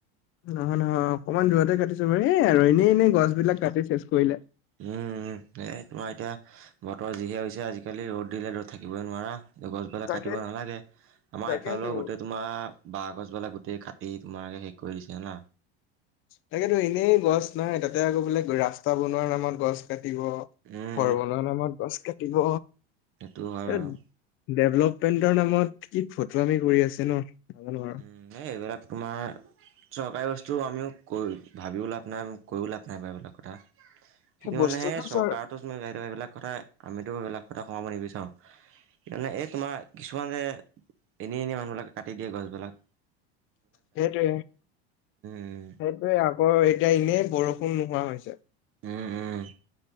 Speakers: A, on the left; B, on the right.
A: নহয় নহয় অকণমান দূৰতে কাটিছে বাৰু হ আৰু এনেই এনেই গছ বিলাক কাটি চেচ কৰিলে
B: উম এই তোমাৰ এতিয়া বতৰ যিহে হৈছে আজিকালি ৰ'দ দিলে ৰ'দ থাকিবই নোৱাৰা। গছ বিলাক
A: তাকে
B: কাটিব নালাগে আমাৰ
A: তাকেতো
B: এফালেও গোটেই তোমাৰ বাঁহ গছবিলাক গোটেই। এ তোমালোকে শেষ কৰি দিছা না
A: তাকেতো এনেই গছ নাই তাতে আকৌ বোলে ৰাস্তা বনোৱাৰ নামত গছ কাটি হৰৰ্মনৰ
B: উম,
A: নামত বাছ কাটিব।
B: সেইটোও হয়
A: এই
B: বাৰু
A: ডেভলপমেন্টৰ নামত কি ফটোৱামি কৰি আছে ন। নাজানো আৰু।
B: উম এই এইবিলাক তোমাৰ চৰকাৰী বস্তু। তো আমিও ক ভাবিও লাভ নাই কৈও লাভ নাই বাৰু এইবিলাক কথা। কিন্তু
A: বস্তুটো
B: মানে সেই চৰকাৰো
A: ছাৰ
B: সেইবিলাক কথা আমিতো সেইবিলাক কথা সোমাব নিবিচাৰো। মানে এই তোমাৰ কিছুমান যে এনে এনে মানুহবিলাকে কাটি দিয়ে। এইবিলাক।
A: সেইটোৱে
B: উম।
A: সেইটোৱে আকৌ এতিয়া এনেই বৰষুণ নোহোৱা হৈছে।
B: উম উম।